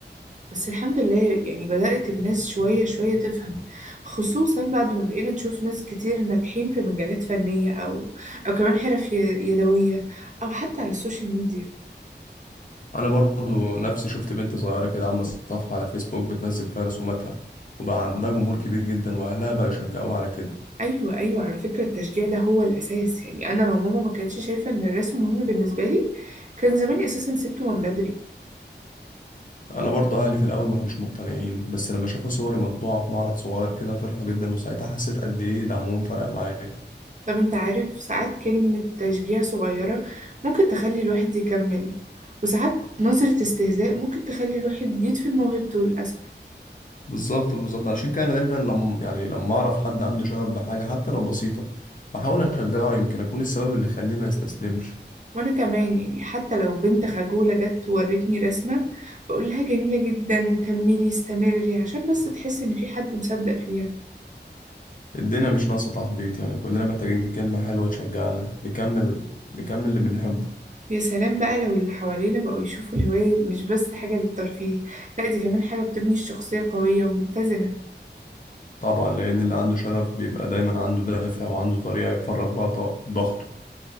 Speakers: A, on the right; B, on the left.
A: بس الحمد لله يعني بدأت الناس شوية شوية تفهم خصوصا بعد ما بقينا نشوف ناس كتير ناجحين في مجالات فنية او او كمان حرف ي- يدوية او حتى على السوشيال ميديا
B: انا برضو نفسي شفت بنت صغيره كده عامله صفحه على فيسبوك بتنزل فيها رسوماتها وبقى عندها جمهور كبير جدا واهلها بقى يشجعوها على كده
A: ايوه ايوه على فكرة التشجيع ده هو الاساس يعني انا لو ماما ما كانتش شايفة ان الرسم مهم بالنسبة لي كان زماني اساسا سبته من بدري
B: انا برضو اهلي في الاول ما كانوش مقتنعين بس لما شافوا صوري مطبوعه في معرض صغير كده فرحوا جدا وساعتها حسيت قد ايه دعمهم فرق معايا
A: طب انت عارف ساعات كلمة تشجيع صغيرة ممكن تخلي الواحد يكمل وساعات نظرة استهزاء ممكن تخلي الواحد يدفن موهبته للأسف
B: بالظبط بالظبط عشان كده انا دايما لما يعني لما اعرف حد عنده شغف بحاجه حتى لو بسيطه بحاول اشجعه يمكن اكون السبب اللي يخليه ما يستسلمش
A: وأنا كمان يعني حتى لو بنت خجولة جت وورتني رسمة بقول لها جميلة جدا وكملي استمري عشان بس تحس إن في حد مصدق فيها
B: الدنيا مش ناقصه تحبيط يعني كلنا محتاجين كلمه حلوه تشجعنا نكمل نكمل اللي بنحبه
A: يا سلام بقى لو اللي حوالينا بقوا يشوفوا الهواية مش بس حاجة للترفيه لا دي كمان حاجة بتبني الشخصية قوية ومتزنة
B: طبعا لأن اللي عنده شغف بيبقى دايما عنده دافع وعنده طريقة يفرغ بيها ط- ضغطه